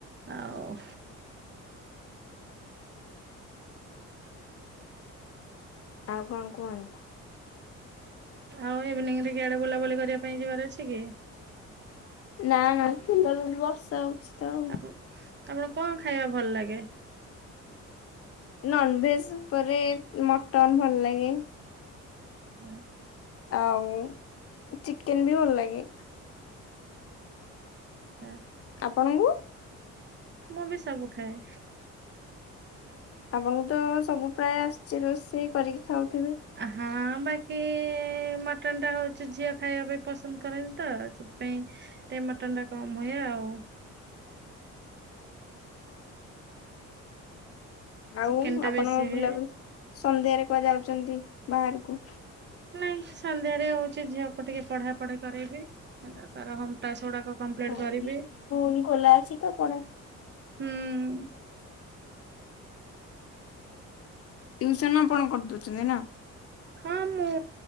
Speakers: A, on the right (about 35°); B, on the left (about 50°).
A: ଆଉ
B: ଆଉ କଣ କୁହନ୍ତୁ?
A: ଆଉ ଇଭିନିଂ ରେ କିଆଡେ ବୁଲାବୁଲି କରିବା ପାଇଁ ଯିବାର ଅଛି କି?
B: ନା ନା ସେ ବର୍ଷା ହଉଛି। ତ ଆଉ।
A: ଆପଣ ଆପଣ କଣ ଖାଇବା ଭଲ ଲାଗେ?
B: ନନଭେଜ ଉପରେ ମଟନ ଭଲ ଲାଗେ।
A: ହୁଁ।
B: ଆଉ ଚିକେନ ବି ଭଲ ଲାଗେ।
A: ହଁ।
B: ଆପଣଙ୍କୁ?
A: ମୁଁ ବି ସବୁ ଖାଏ।
B: ଆପଣଙ୍କୁ ତ ସବୁ ପ୍ରାୟ ଆସିଛି ରୋଷେଇ କରିକି ଖାଉଥିବେ
A: ହଁ। ବାକି ମଟନ ଟା ହଉଛି ଝିଅ ଖାଇବା ପାଇଁ ପସନ୍ଦ କରନ୍ତିି, ତ ସେଥିପାଇଁ ମଟନ୍ ଟା କମ ହୁଏ ଆଉ
B: <unintelligible> ଆଉ
A: ଚିକେନ ଟା
B: ଆପଣ
A: ବେଶୀ
B: ବୁଲାବୁଲି
A: ହୁଏ।
B: ସନ୍ଧ୍ୟାରେ କୁହା ଯାଉଛନ୍ତି, ବାହାରକୁ
A: ନାଇଁ ସନ୍ଧ୍ୟାରେ ହଉଛି ଝିଅକୁ ଟିକେ ପଢା ପଢି କରାଇବି ହେ ତାର ହମ ଟା ସେୁଡାକ କମ୍ପ୍ଲେଟ
B: ସ୍କୁଲ
A: କରିବି
B: ଖୋଲା ଅଛି ତ ପଢା
A: ହୁଁ।
B: ଟ୍ୟଉସନ ଆପଣ କରିଦଉଛନ୍ତି ନା?
A: ହଁ ମୁଁ